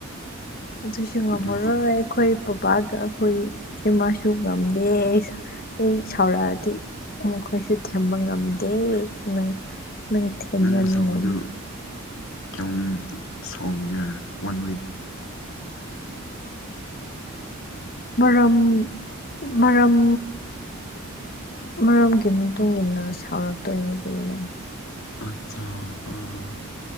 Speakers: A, on the left; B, on the left.
A: ꯑꯗꯨꯏꯁꯨ ꯉꯝꯃꯔꯣꯏ
B: ꯑꯗꯨ
A: ꯑꯩꯈꯣꯏ ꯄꯕꯥꯒ ꯑꯩꯈꯣꯏ ꯏꯃꯥꯁꯨ ꯉꯝꯗꯦ ꯑꯩ ꯑꯩ ꯁꯥꯎꯔꯛꯑꯗꯤ ꯃꯈꯣꯏꯁꯨ ꯊꯦꯝꯕ ꯉꯝꯗꯦ ꯅꯪ ꯅꯪ ꯊꯦꯝꯕ
B: ꯅꯪ ꯁꯥꯎꯕꯗꯨ
A: ꯉꯝꯃꯨ
B: ꯀꯌꯥꯝ ꯁꯥꯎꯒꯦꯔꯥ ꯋꯥꯟ ꯋꯤꯛ
A: ꯃꯔꯝ ꯃꯔꯝ ꯃꯔꯝꯒꯤ ꯃꯇꯨꯡ ꯏꯟꯅ ꯁꯥꯎꯔꯛꯇꯣꯏꯅꯤ ꯀꯩꯅꯣ
B: ꯑꯠꯆꯥꯥ ꯑꯥ